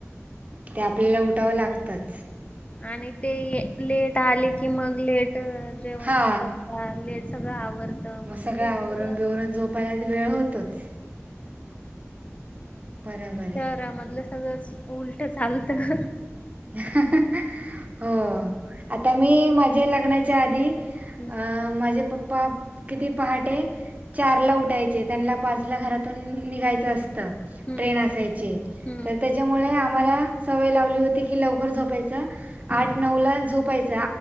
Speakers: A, on the right; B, on the left.
A: ते आपल्याला उठावं लागतंच.
B: आणि ते लेट आले की मग लेट अ जेवण
A: हा
B: करता लेट, सगळं आवरत मग
A: सगळं
B: ते
A: आवरून
B: सगळ.
A: बिवरून झोपायला वेळ होतोच बरोबर
B: शहरामधलं
A: आहे
B: सगळंच उलट चालतं.
A: <unintelligible> हो आता मी माझ लग्नाच्या आधी अं
B: हम्म
A: माझे पप्पा किती पहाटे चार ला उठायचे, त्यांना पाच ला घरातून निघायचं असत.
B: हम्म
A: ट्रेन असायची,
B: हम्म
A: तर त्याच्यामुळे आम्हाला सवय लावली होती, की लव कर झोपायच, आठ
B: हम्म
A: नऊ ला झोपायच.